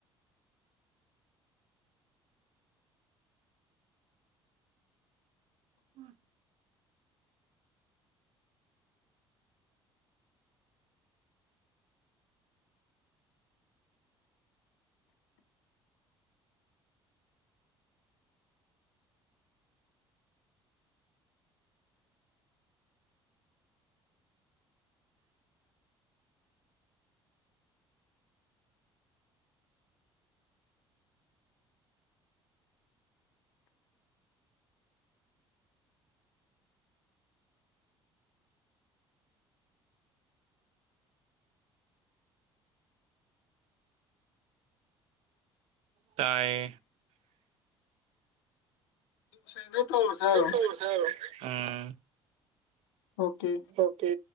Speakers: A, on the right; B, on the left.
A: ꯎꯝ ꯇꯌꯦ
B: ꯁꯦꯡꯗꯣ ꯇꯧꯔꯁꯦ ꯍꯥꯏꯔꯣ
A: ꯊꯔꯁ ꯎꯝ
B: ꯑꯣꯀꯦ
A: ꯑꯣꯀꯦ